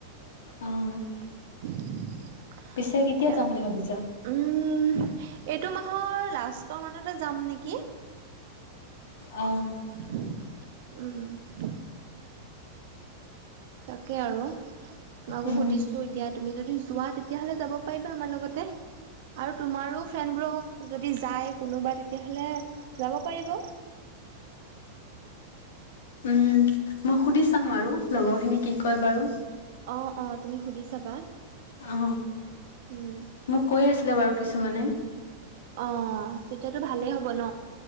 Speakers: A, on the left (about 75°); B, on the right (about 65°).
A: উম
B: <inaudible>
A: পিছে কেতিয়া
B: এ
A: যাম বুলি ভাবিছা?
B: উম, এইটো মাহৰ লাষ্টৰ মানতে যাম নেকি।
A: অ'
B: উম উম। তাকে আৰু তোমাকো
A: উম
B: সুধিছোঁ এত এতিয়া তুমি যদি যোৱা, তেতিয়াহ'লে যাব পাৰিবা আমাৰ লগতে। আৰু তোমাৰো ফ্ৰেণ্ডবোৰক যদি যায় কোনোবা, তেতিয়াহ'লে যাব পাৰিব।
A: উম, মই সুধি চাম বাৰু লগৰখিনিয়ে কি কয় বাৰু।
B: অ', অ', তুমি সুধি চাবা,
A: অ
B: উম।
A: মোক কৈয়ে আছিলে বাৰু কিছুমানে।
B: অ', তেতিয়াতো ভালেই হ'ব ন?